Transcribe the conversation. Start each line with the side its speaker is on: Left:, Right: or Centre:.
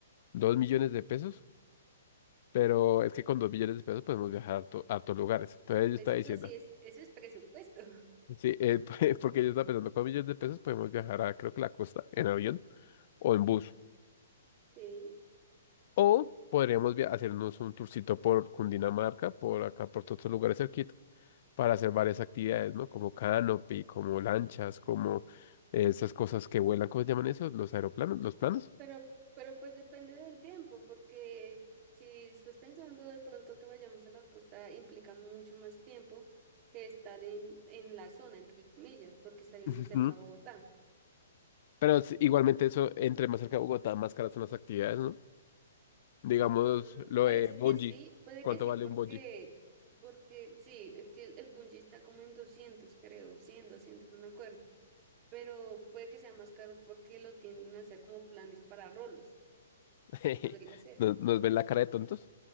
Left: dos millones de pesos, pero es que con dos millones de pesos podemos viajar a harto- hartos lugares. Entonces yo
Right: Pues
Left: estaba
Right: eso
Left: diciendo,
Right: sí es, eso es presupuesto. <laughs>
Left: sí, eh, <laughs> porque yo estaba pensando, con millones de pesos podemos viajar a creo que la costa en avión o en bus.
Right: Sí,
Left: O podríamos via- hacernos un tourcito por Cundinamarca, por acá, por todos los lugares cerquita, para hacer varias actividades, ¿no? Como canopy, como lanchas, como esas cosas que vuelan, ¿cómo se llaman esos? Los aeroplanos, los planos.
Right: pero, pero pues depende del tiempo, porque si estás pensando de pronto que vayamos a la costa implica mucho más tiempo que estar en, en la zona, entre comillas, porque estaríamos
Left: Ujú.
Right: cerca a Bogotá.
Left: Pero s- igualmente eso, entre más cerca de Bogotá, más caras son las actividades, ¿no? Digamos,
Right: Mm,
Left: lo
Right: pues
Left: de bungee.
Right: que sí, puede
Left: ¿Cuánto
Right: que sí,
Left: vale
Right: porque,
Left: un bungee?
Right: porque sí, es que el, el bungee está como en 200 creo, 100, 200, no me acuerdo, pero puede que sea más caro porque lo tienden a hacer como planes para rolos,
Left: <laughs>
Right: podría ser.
Left: ¿Nos, nos ven la cara de tontos?